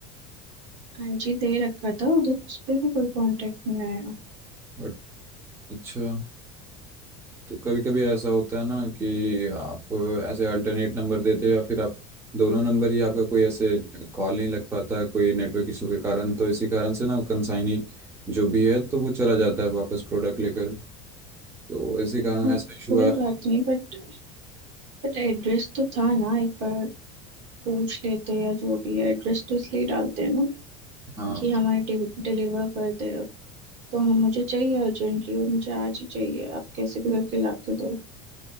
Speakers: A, on the right; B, on the right.
A: हाँ जी दे रखा था उधर उस पे भी कोई कांटेक्ट नहीं आया
B: बट अच्छा तो कभी कभी ऐसा होता है ना कि आप ऐसे अल्टरनेट नंबर देते हैं या फिर आप दोनों नंबर ही आपका कोई ऐसे कॉल नहीं लग पाता कोई नेटवर्क इशू के कारण तो इसी कारण से ना कंसाइनी जो भी है तो वो चला जाता है वापस प्रोडक्ट लेकर तो इसी कारण
A: अब
B: ऐसा इशू
A: कोई
B: आया
A: बात नहीं बट बट एड्रेस तो था ना एक बार पूछ लेते या जो भी है एड्रेस तो इसलिए डालते हैं ना
B: हाँ
A: कि हमारे डिलीवर कर दे अब तो हम मुझे चाहिए अर्जेंटली और मुझे आज ही चाहिए आप कैसे भी करके ला के दो